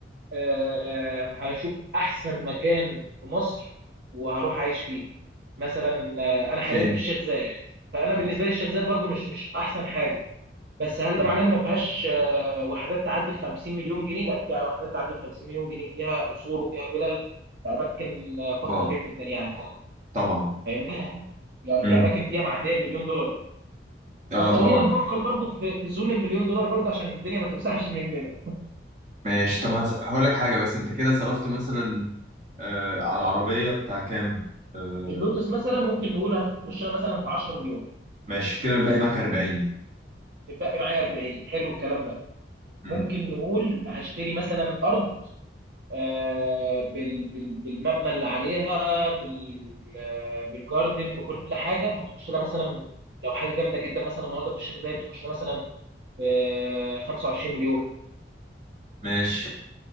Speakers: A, on the right (about 60°); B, on the right (about 40°).
A: آه، هشوف احسن مكان في مصر وهروح اعيش فيه مثلا آه، انا حاليا
B: فين
A: في الشيخ زايد فانا
B: آه.
A: بالنسبه لي الشيخ زايد برضو مش مش احسن حاجه بس هل
B: أمم.
A: ده معناه ان ما فيهاش آه، وحدات تعدي ال 50 مليون جنيه لا فيها وحدات تعدي ال 50 مليون جنيه فيها قصور وفيها فلل في اماكن آه، فخمه
B: طبعا
A: جدا يعني
B: طبعا
A: فاهمني يعني
B: امم
A: في اماكن فيها معديه المليون دولار
B: اه
A: فخلينا
B: طبعا
A: نفكر برضو في في زون المليون دولار برضو عشان الدنيا ما توسعش مننا
B: ماشي طب هس- هقول لك حاجه بس انت كده صرفت مثلا آه على العربيه بتاع كام آه
A: اللوتس مثلا ممكن نقول هتخش لها مثلا في 10 مليون
B: ماشي كده بنلاقي معاك 40
A: اتبقي معايا 40 حلو الكلام ده ممكن
B: امم
A: نقول هشتري مثلا ارض آه، بال- بال- بالمبنى اللي عليها بال- آه، بالجاردن بكل حاجه هتخش لها مثلا لو حاجه جامده جدا مثلا النهارده في الشيخ زايد تخش لها مثلا آه، 25 مليون
B: ماشي